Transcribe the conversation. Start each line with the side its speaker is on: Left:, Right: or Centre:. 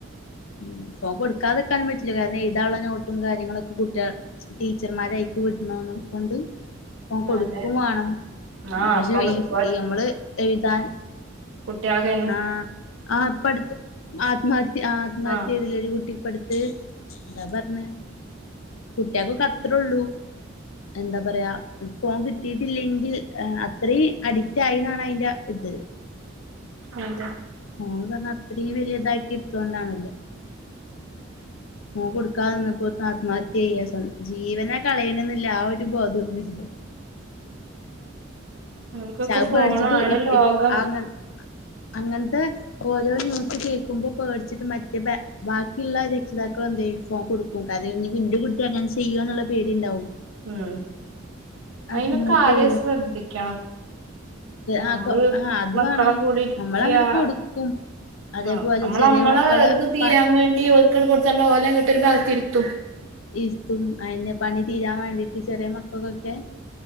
Left: ഉം ഫോൺ കൊടുക്കാതെക്കാനും പറ്റില്ലാ കാരണം എഴ്‌താള്ള നോട്ടും കാര്യങ്ങളൊക്കെ കുട്ട്യാ ടീച്ചർമ്മാരയ്ക്ക്‌ വിട്ണോണ കൊണ്ട് ഫോൺ കൊടുക്കും
Right: അതെ
Left: വാണം
Right: ആഹ്
Left: പക്ഷെ
Right: അപ്പൊ
Left: ഈ
Right: ഇപ്പൊ
Left: യമ്മള് എഴ്‌താൻ
Right: കുട്ട്യാളെ കെ
Left: ആഹ് ആഹ്പ്പടുത്ത് ആത്മഹത്യ ആ ആത്മഹത്യയ്തിലേരു
Right: ആഹ്
Left: കുട്ടി പ്പടുത്ത് അതാ പർഞ്ഞേ കുട്ട്യാക്കൊക്കെ അത്രേള്ളൂ എന്താ പറയാ ഫോൺ കിട്ടിയിട്ടില്ലെങ്കിൽ അത്രയും അഡിക്റ്റ് ആയിന്നാണയ്ന്റെ ഇത്
Right: അതെ
Left: ഫോൺ പർഞ്ഞ അത്രയും വലിയതാക്കി എടുത്തോണ്ടാണല്ലോ ഫോൺ കൊടുക്കാത നിന്നപ്പോത്തിന് ആത്മഹത്യയ്യാ സ്വ ജീവനാ കളയ്ണെന്നില്ല ആ ഒരു ബോധോന്നുല്ല
Right: അവർക്കൊക്കെ
Left: ശത്
Right: ഫോണാണ്
Left: പേട്ച്ചിട്ട് ഇപ്പ
Right: ലോകം
Left: അങ്ങ അങ്ങൻത്തെ ഓരോരോ ന്യൂസ് കേക്കുമ്പോ പേടിച്ചിട്ട് മറ്റേ ബാക്കിയുള്ള രക്ഷിതാക്കൾ എന്തെയ്യും ഫോൺ കൊടുക്കും കാരണം ഇഞ്ഞി ഇന്റെ കുട്ടി അങ്ങനെ ചെയ്യോന്നുള്ള പേടിണ്ടാവും
Right: ഉം അയ്നൊക്കാദ്യെ
Left: ആത്മഹത്യ ചെയ്യോ
Right: ശ്രദ്ധിക്കണം നമ്മള്
Left: ആ കൊ ആ അത്
Right: മക്കളെ
Left: വേണം
Right: കൂടിരിക്യാ
Left: നമ്മളങ്ങട്ട് കൊടുക്കും അതേപോലെ
Right: ആഹ് നമ്മളമ്മളെ
Left: ചെറിയ മക്കള്
Right: ത് തീരാൻ
Left: പ
Right: വേണ്ടി ക്കണ് കൊട്ത്താണ്ടോലങ്ങട്ട് ഒരു ഭാഗത്തിരുത്തും
Left: ഇര്ത്തും അയന്നെ പണി തീരാൻ വേണ്ടിട്ട് ചെറിയ മക്കൾക്കൊക്കെ